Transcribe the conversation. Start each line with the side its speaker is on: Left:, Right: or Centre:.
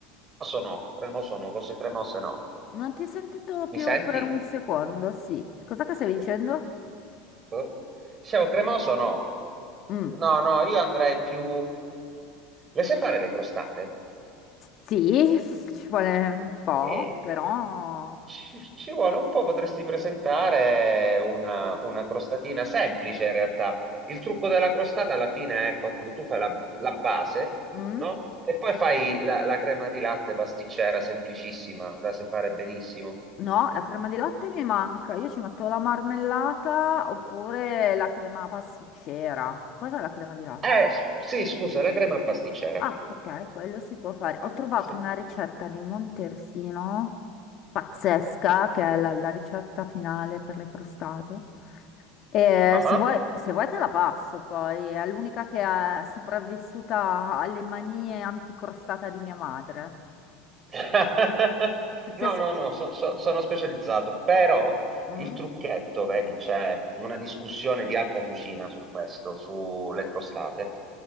Right: sono, cremoso no, cremose no, cose cremose no.
Left: Non ti ho sentito più
Right: Mi senti?
Left: per un secondo, sì. Cos'è che stavi dicendo?
Right: Boh. Scemo cremoso no.
Left: Mm,
Right: No, no, io andrei più... Le sai fare le crostate?
Left: Sì, <laughs> ci vuole un po',
Right: Eh,
Left: però...
Right: ci, ci vuole un po', potresti presentare una, una crostatina semplice in realtà. Il trucco della crostata alla fine è quando tu fai la, la base,
Left: Mm,
Right: no? E poi fai la, la crema di latte pasticcera, semplicissima, la sai fare benissimo.
Left: No, la crema di latte mi manca. Io ci metto la marmellata oppure la crema pasticcera. Cos'è la crema di latte?
Right: Eh, s- sì, scusa, la crema pasticcera.
Left: Ah, ok, quello si può fare.
Right: Mm,
Left: Ho trovato
Right: sì.
Left: una ricetta di Montersino pazzesca, che è la la ricetta finale per le crostate. E
Right: Ah.
Left: se vuoi, se vuoi te la passo poi, è l'unica che è sopravvissuta alle manie anticrostata di mia madre.
Right: <laughs>
Left: Tutti
Right: No,
Left: a sec-
Right: no, no, so- so- sono specializzato, però
Left: Mm?
Right: il trucchetto, vedi, c'è una discussione di alta cucina su questo, sulle crostate.